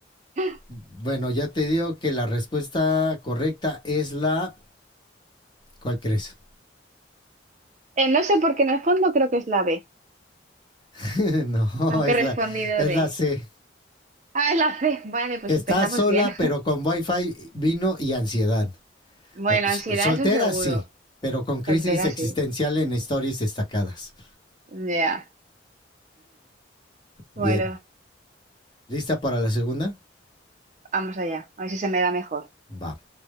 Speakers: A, on the right; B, on the left.
A: <laughs>
B: Bueno, ya te digo que la respuesta correcta es la. ¿Cuál crees?
A: Eh, no sé porque en el fondo creo que es la B.
B: <laughs> No,
A: Aunque
B: es
A: he respondido
B: la, es
A: de,
B: la C.
A: ah, es la C. <laughs> Vale, pues
B: Está
A: empezamos
B: sola,
A: bien.
B: pero
A: <laughs>
B: con wifi, vino y ansiedad.
A: Bueno,
B: O- S-
A: ansiedad,
B: Soltera,
A: eso seguro.
B: sí, pero con crisis
A: Soltera,
B: existencial
A: sí.
B: en historias destacadas.
A: Ya.
B: Bien.
A: Bueno,
B: ¿Lista para la segunda?
A: vamos allá. A ver si se me da mejor.
B: Va.